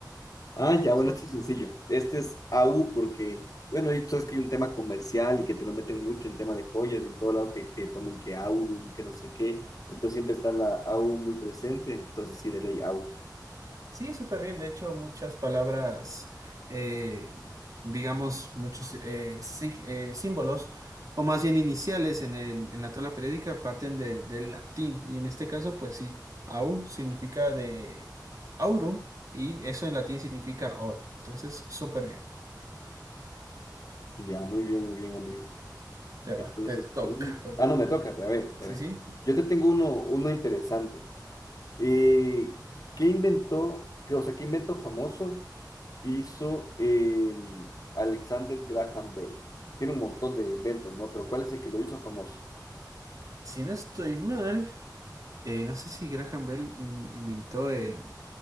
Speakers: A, on the left (about 50°); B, on the right (about 50°).
A: Ah, ya, bueno,
B: Son,
A: esto es sencillo. Este es AU porque, bueno, y tú sabes que hay un tema comercial y que te lo meten mucho en tema de joyas y en todo lado que, que ponen que Aurum, que no sé qué. Entonces siempre está la AU muy presente. Entonces sí, de ley AU.
B: sí, súper bien. De hecho, muchas palabras, eh, digamos, muchos eh, sí- eh, símbolos, o más bien iniciales en el, en la tabla periódica, parten del del latín. Y en este caso, pues sí, au significa de aurum y eso en latín significa oro. Entonces, súper bien.
A: Ya, muy bien, muy bien, amigo.
B: Te
A: Entonces,
B: va, te toca,
A: pregun-
B: perdón.
A: ah, no, me toca. pero A ver,
B: Sí,
A: a ver.
B: sí.
A: Yo te tengo uno, uno interesante. Eh, ¿qué inventó, qué, o sea, qué invento famoso hizo eh, Alexander Graham Bell? Tiene un montón de inventos, ¿no? Pero ¿cuál es el que lo hizo famoso?
B: Si no estoy mal, eh, no sé si Graham Bell in- inventó el,